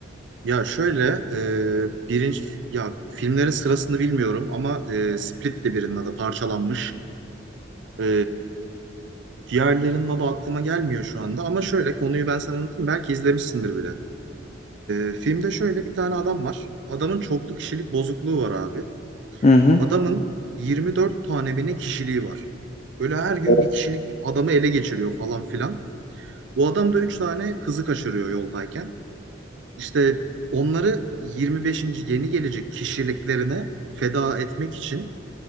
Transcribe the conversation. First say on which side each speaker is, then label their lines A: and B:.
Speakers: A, on the right; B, on the left.
A: Ya şöyle e, birinci ya filmlerin sırasını bilmiyorum ama e, Split de birinin adı parçalanmış. E, diğerlerinin adı aklıma gelmiyor şu anda ama şöyle konuyu ben sana anlatayım. Belki izlemişsindir bile. E, filmde şöyle bir tane adam var. Adamın çoklu kişilik bozukluğu var abi.
B: Hı hı.
A: Adamın 24 tane mi ne kişiliği var. Böyle her gün
B: O,
A: bir kişilik adamı ele geçiriyor falan filan. Bu adam da 3 tane kızı kaçırıyor yoldayken. İşte onları yirmi beşinci yeni gelecek kişiliklerine feda etmek için